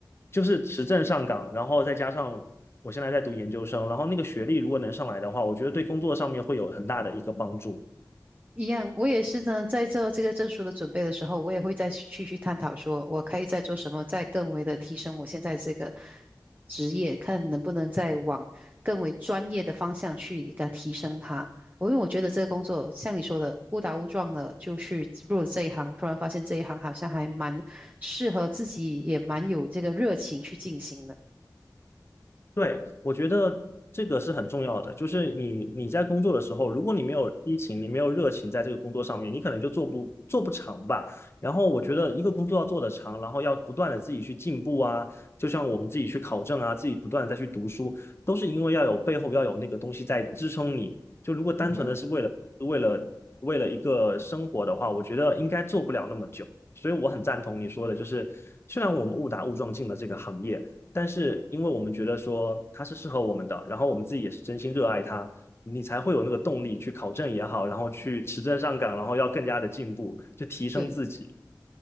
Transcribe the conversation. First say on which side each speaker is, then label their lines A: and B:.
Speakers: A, on the left (about 35°); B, on the right (about 25°).
A: 就是持证上岗，然后再加上我现在在读研究生，然后那个学历如果能上来的话，我觉得对工作上面会有很大的一个帮助。
B: 一样，我也是呢，在做这个证书的准备的时候，我也会再去去去探讨，说我可以再做什么，再更为的提升我现在这个职业，看能不能再往更为专业的方向去给它提升它。我因为我觉得这个工作像你说的误打误撞的就去入了这一行，突然发现这一行好像还蛮适合自己，也蛮有这个热情去进行的。
A: 对，我觉得这个是很重要的，就是你你在工作的时候，如果你没有激情，你没有热情在这个工作上面，你可能就做不做不长吧。然后我觉得一个工作要做得长，然后要不断的自己去进步啊，就像我们自己去考证啊，自己不断的再去读书，都是因为要有背后要有那个东西在支撑你。就如果单纯的是为了为了为了一个生活的话，
B: 嗯哼。
A: 我觉得应该做不了那么久。所以我很赞同你说的，就是虽然我们误打误撞进了这个行业。但是因为我们觉得说它是适合我们的，然后我们自己也是真心热爱它，你才会有那个动力去考证也好，然后去持证上岗，然后要更加的进步，就提升自己。
B: 对。